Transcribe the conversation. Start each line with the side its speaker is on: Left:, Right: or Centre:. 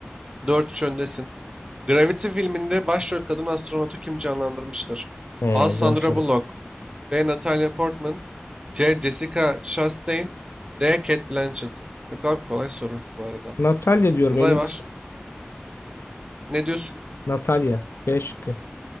Right: Dört 3 öndesin. Gravity filminde başrol kadın astronotu kim canlandırmıştır?
Left: Hmm,
Right: A. Sandra
Left: zor soru.
Right: Bullock B. Natalia Portman C. Jessica Chastain D. Cate Blanchett Yok abi kolay soru bu arada.
Left: Natalya diyorum
Right: Azay
Left: emin
Right: var.
Left: değilim.
Right: Ne diyorsun?
Left: Natalya. B şıkkı.